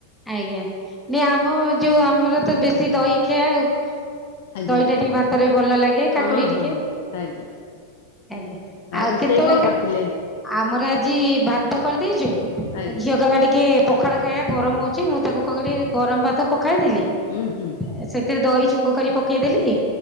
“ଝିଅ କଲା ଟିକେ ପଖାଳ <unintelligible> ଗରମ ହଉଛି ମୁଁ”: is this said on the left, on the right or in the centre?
Centre